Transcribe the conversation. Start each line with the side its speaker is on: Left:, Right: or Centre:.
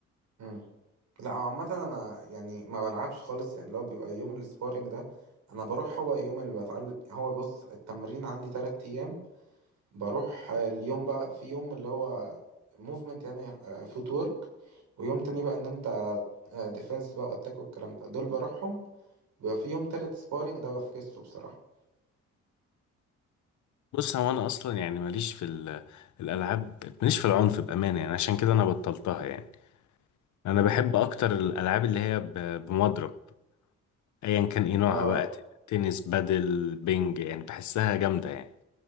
Right: امم لا هو عامه انا يعني ما بلعبش خالص يعني اللي هو بيبقى يوم السبارينج ده انا بروح هو يوم اللي بتعلم هو بص التمرين عندي تلات ايام بروح آه، اليوم بقى في يوم اللي هو موفمنت يعني فوت وورك ويوم تاني بقى ان انت ديفنس بقى واتاك والكلام ده دول بروحهم بيبقى في يوم تالت سبارينج ده بفكس له بصراحه
Left: بص هو انا اصلا يعني ماليش في ال- الالعاب ماليش في العنف بامانه يعني عشان كده انا بطلتها يعني انا
Right: امم
Left: بحب اكتر الالعاب اللي هي ب- بمضرب ايا كان ايه نوعها
Right: اه
Left: بقى ت- تنس بادل بينج يعني بحسها جامدة يعني